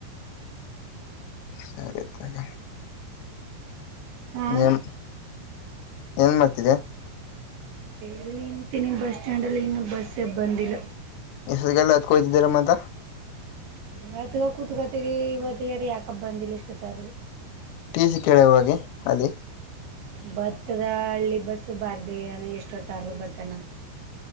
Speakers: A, on the left; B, on the right.
A: ಸರಿತಾಗ
B: ಹಾಂ
A: ಏನ್ ಏನ ಮಾಡ್ತಿದೆ
B: ಇಲ್ಲಿ ನಿಂತೀನಿ ಬಸ್ ಸ್ಟ್ಯಾಂಡಲ್ಲಿ ಇನ್ನೂ ಬಸ್ಸ ಬಂದಿಲ್ಲ
A: ಎಷ್ಟೋತ್ತಿಗೆಲ್ಲ ಹತ್ತಿಕೊಂಡುಹೋಗ್ತಿದಲ್ಲ ಮತ
B: ಹಾತ್ಕಕುತ್ಕತಿದ್ದಿ ಇವತ್ತಾರ ಯಾಕಪ್ಪ ಬಂದಿಲ್ಲ ಇಷ್ಟತ್ತರುವೆ
A: ಟೀ ಸಿ ಕೇಳು ಹೋಗಿ ಅಲ್ಲಿ
B: ಬತಾದ ಹಳ್ಳಿ ಬಸ್ಸು ಬಾರ್ದ ಏನಾ ಎಷ್ಟೊತ್ತಾರರು ಬತನ